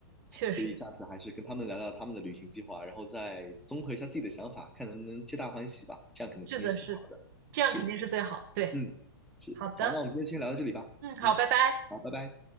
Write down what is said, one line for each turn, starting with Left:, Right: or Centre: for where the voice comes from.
Right: 确实，
Centre: 所以下次还是跟他们聊聊他们的旅行计划，然后再综合一下自己的想法，看能不能皆大欢喜吧。这样可能肯定是最好的。
Right: 是的，是的这样肯定是最好。
Centre: 是，
Right: 对，
Centre: 嗯，是。
Right: 好的，
Centre: 好，那我们今天先聊到这里吧。
Right: 嗯，好，
Centre: 嗯，
Right: 拜拜。
Centre: 好，拜拜。